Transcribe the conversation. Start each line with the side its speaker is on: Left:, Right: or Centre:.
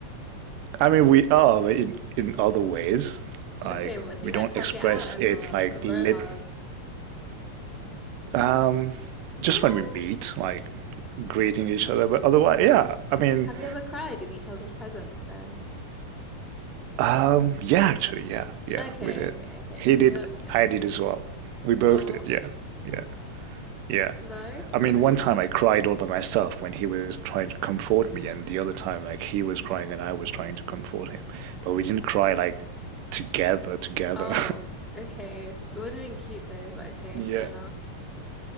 Right: I mean, we are but in, in other ways. Like
Centre: Okay, what do
Right: we
Centre: you
Right: don't
Centre: like hug
Right: express
Centre: it out ever?
Right: it like
Centre: Like a bro
Right: lit.
Centre: hug?
Right: Um, just
Centre: What?
Right: when we meet, like greeting each other. But otherwise, yeah. I mean,
Centre: Have you ever cried in each other's presence then?
Right: um, yeah, actually, yeah, yeah.
Centre: Okay,
Right: We did.
Centre: okay, okay.
Right: He
Centre: So
Right: did.
Centre: you're yeah.
Right: I did as well. We both
Centre: No.
Right: did.
Centre: <laughs>
Right: Yeah, yeah, yeah.
Centre: No,
Right: I
Centre: no.
Right: mean, one time I cried all by myself when he was trying to comfort me, and the other time, like, he was crying and I was trying to comfort him. But we didn't cry like together, together.
Centre: Oh, okay. It would have been cute though, but okay,
Right: <laughs>
Centre: fair enough.
Right: yeah,